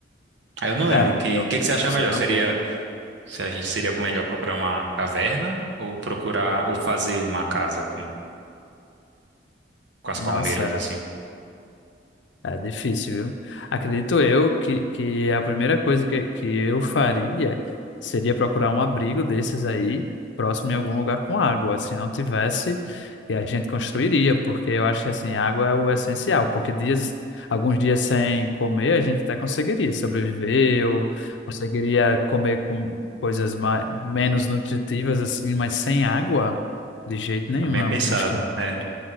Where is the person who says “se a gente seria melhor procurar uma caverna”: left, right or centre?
Right